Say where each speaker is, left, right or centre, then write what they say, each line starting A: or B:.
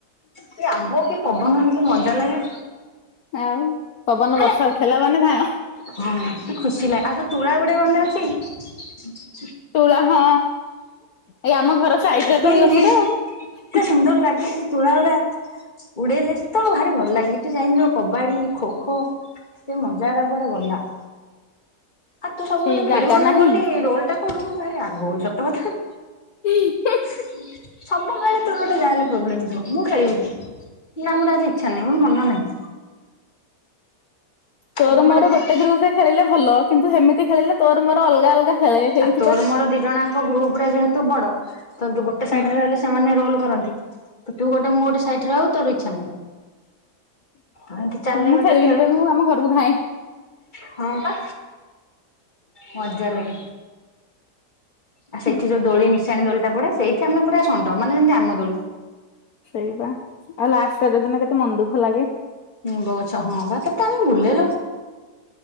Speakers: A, on the left; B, on the left.
A: କି ଆମ୍ବ କି ପବନ ହେଲେ କି ମଜା ଲାଗେ।
B: ଆଉ ପବନ
A: ଆଲୋ
B: ବର୍ଷା ଉଠେଇଲା ମାନେ ଧାଆଁ
A: ହଁ ଖୁସି ଲାଗେ ଆଉ ଯୋଉ ତୁଳା ଗୁଡ଼ି ମନେ ଅଛି।
B: ତୁଳା ହଁ ଏଇ ଆମ ଘର ସାଇଟରେ
A: ହିଁ
B: ତ ହେଇ ଗଛଟା
A: ହିଁ ଏତେ
B: ଆଉ।
A: ସୁନ୍ଦର ଲାଗେନି। ତୁଳା ଗୁଡା ଉଡେଇ ଯାଇଚି ତ ଭାରି ଭଲ ଲାଗେ ଏଇଠି ଯାଇକି ଯୋଉ କବାଡି ଖୋ ଖୋ ସେ ମଜାର କୁଆଡେ ଗଲା। ଆଉ ତୁ ସବୁବେଳେ
B: ସେଇ
A: ଖେଳିବୁନି
B: ଜାଗା ନାହିଁ
A: ବୋଲି ରୋଲ ଟା କରୁ ମତେ ଭାରି ରାଗ ହୁଏ ସତ କଥା।
B: ହିଁ
A: ସବୁବେଳେ ତୋର ଗୋଟେ ଯାହେଲେ ପ୍ରୋବ୍ଲେମ ଥିବ ମୁଁ ଖେଳିବିନି। ନା ମୋର ଆଜି ଇଚ୍ଛା ନାହିଁ ମନ ନାହିଁ।
B: ତୋର
A: ସବୁବେଳେ
B: ମୋର ଗୋଟେ ଗ୍ରୁପ ରେ ଖେଳିଲେ ଭଲ କିନ୍ତୁ ହେମିତି ଖେଳିଲେ ତୋର ମୋର ଅଲଗା ଅଲଗା ଖେଳେ ହେଇ
A: ଆଉ ତୋର ମୋର ଦି ଜଣାଙ୍କ ଗ୍ରୁପରେ ଯେହେତୁ ବଡ ତ ଗୋଟେ ସାଇଡରେ
B: ହୁଁ
A: ରହିଲେ ସେମାନେ ରୋଲ କରନ୍ତି। ତୁ ଗୋଟେ ମୁଁ ଗୋଟେ ସାଇଡ ରେ ହଉ ତୋର ଇଚ୍ଛା ନାଇ। ଏମିତି ଚାଲେ
B: ହଁ ମୁଁ
A: ଗୋଟେ
B: ଖେଳିବିନି
A: ଖେଳ।
B: କହିବି ମୁଁ ଆମ ଘରକୁ ଧାଏଁ
A: ହଁ ବା ମଜା ଲାଗେ। ଆ ସେଠି
B: ହୁଁ
A: ଯୋଉ ଦୋଳି ନିଶାଣି ଦୋଳିଟା ପଡେ ସେଇଠି ଆମେ ପୁରା ଷଣ୍ଡ ମାନେ ଯେମିତି ଆମ ଦୋଳି।
B: ସେଇବା ଆଉ ଲାଷ୍ଟ ରଜ ଦିନ କେତେ ମନ ଦୁଃଖ ଲାଗେ।
A: ନିମ୍ବ ଗଛ ହଁ ବା କେତେ ଆମେ ବୁଲେ ଲୋ।